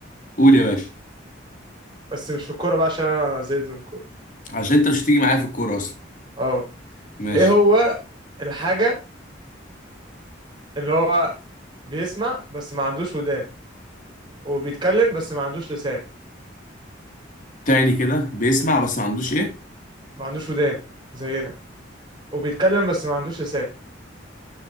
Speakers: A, on the left; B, on the right.
A: قول يا باشا
B: بس مش في الكورة بقى عشان انا زهقت من الكورة
A: عشان انت مش هتيجي معايا في الكوره اصلا
B: اه
A: ماشي
B: ايه هو الحاجة اللي هو بيسمع بس ما عندوش ودان وبيتكلم بس ما عندوش لسان
A: تاني كده بيسمع بس ما عندوش ايه
B: ما عندوش ودان زينا وبيتكلم بس ما عندوش لسان